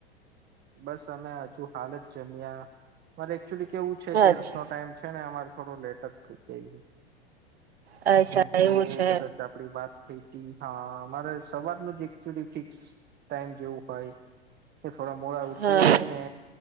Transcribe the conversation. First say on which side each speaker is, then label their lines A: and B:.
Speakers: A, on the right; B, on the right.
A: બસ અમે હજુ હાલત જમ્યા મારે ચુ કેવું છે કે
B: અચ્છા
A: રથનો ટાઈમ છે ને અમા થોડો લેટ જ થ જઈ.
B: અચ્છા
A: જેમ કે
B: એવું છે
A: કદાચ આપડી વાત થઈ તી હા અમારે સવાર નું જ ફિક્સ ટાઈમ જેવું હોય થોડા મોડા ઉઠીએ
B: હા
A: ને